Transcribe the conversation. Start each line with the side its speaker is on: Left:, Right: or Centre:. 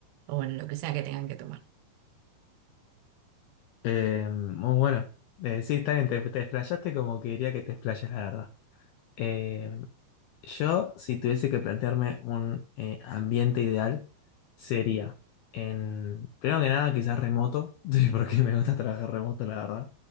Right: o bueno, lo que sea que tengan que tomar.
Left: Eh, muy bueno. Eh, sí, está bien, te, te explayaste como quería que te explayes, la verdad. Eh, yo, si tuviese que plantearme un eh, ambiente ideal, sería en, primero que nada, quizás remoto, <laughs> sí, porque me gusta trabajar remoto, la verdad.